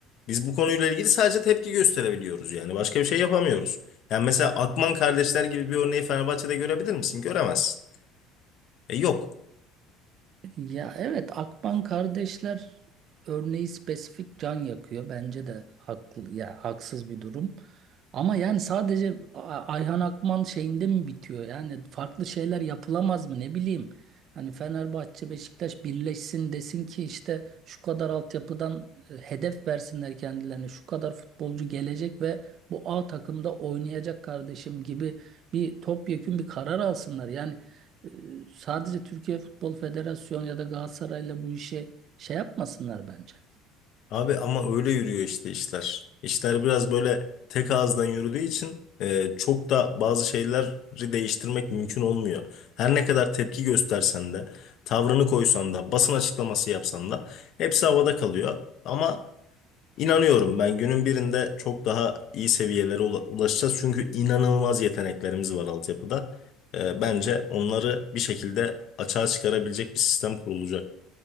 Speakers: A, on the left; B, on the right.
A: biz bu konuyla ilgili sadece tepki gösterebiliyoruz yani başka bir şey yapamıyoruz. Yani mesela Akman kardeşler gibi bir örneği Fenerbahçe'de görebilir misin? Göremezsin. E yok.
B: Ya evet Akban kardeşler örneği spesifik can yakıyor. Bence de haklı ya haksız bir durum. Ama yani sadece A- Ayhan Akman şeyinde mi bitiyor? Yani farklı şeyler yapılamaz mı ne bileyim. Hani Fenerbahçe Beşiktaş birleşsin desin ki işte şu kadar altyapıdan e, hedef versinler kendilerine. Şu kadar futbolcu gelecek ve bu A takımda oynayacak kardeşim gibi bir topyekün bir karar alsınlar. Yani e, sadece Türkiye Futbol Federasyonu ya da Galatasaray'la bu işe şey yapmasınlar bence.
A: Abi ama öyle yürüyor işte işler. İşler biraz böyle tek ağızdan yürüdüğü için e, çok da bazı şeyleri değiştirmek mümkün olmuyor. Her ne kadar tepki göstersen de, tavrını koysan da, basın açıklaması yapsan da hepsi havada kalıyor. Ama inanıyorum ben günün birinde çok daha iyi seviyelere ula- ulaşacağız. Çünkü inanılmaz yeteneklerimiz var altyapıda. E, bence onları bir şekilde açığa çıkarabilecek bir sistem kurulacak.